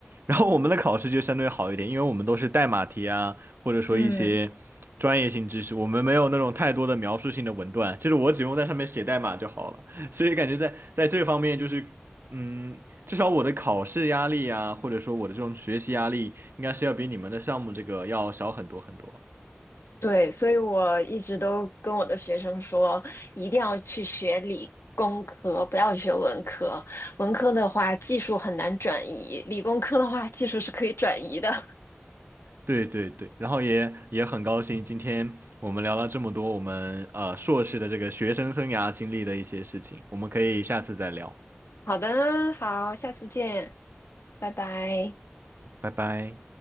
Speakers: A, on the right (about 60°); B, on the left (about 75°).
A: 然后我们的考试就相对好一点，因为我们都是代码题啊，或者说一些专业性知识，
B: 嗯
A: 我们没有那种太多的描述性的文段，就是我只用在上面写代码就好了，<laughs> 所以感觉在在这方面就是，嗯，至少我的考试压力啊，或者说我的这种学习压力，应该是要比你们的项目这个要小很多很多。
B: 对，所以我一直都跟我的学生说，一定要去学理工科，不要学文科。文科的话，技术很难转移；理工科的话，技术是可以转移的。<laughs>
A: 对对对，然后也也很高兴，今天我们聊了这么多，我们呃硕士的这个学生生涯经历的一些事情，我们可以下次再聊，
B: 好的，好，下次见，拜拜。
A: 拜拜。